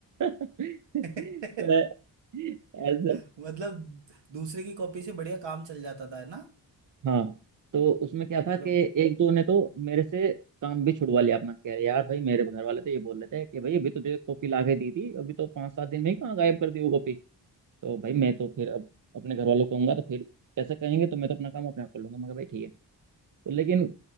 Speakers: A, on the right (about 45°); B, on the right (about 80°).
A: <laughs> तो
B: है
A: ऐ- ऐसा
B: <laughs> मतलब दूसरे की कॉपी से बढ़िया काम चल जाता था है ना
A: हाँ तो उसमें क्या था
B: मतलब
A: कि एक दो ने तो मेरे से काम भी छुड़वा लिया अपना कह रहे यार भाई मेरे घर वाले तो ये बोल रहे थे कि भाई अभी तुझे कॉपी ला के दी थी अभी तो पाँच सात दिन में ही कहाँ गायब कर दी वो कॉपी तो भाई मैं तो फिर अब अपने घर वालों को कहूंगा तो फिर कैसे कहेंगे तो मैं तो अपना काम अपने आप कर लूंगा मगर भाई ठीक है तो लेकिन